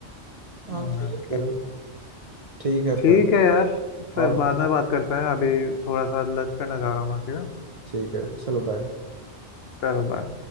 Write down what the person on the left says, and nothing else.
नहीं
ओके
ठीक
है यार फिर
बाद में बात करते हैं अभी थोड़ा सा लंच करने जा रहा हूँ मैं ठीक है
चलो बाय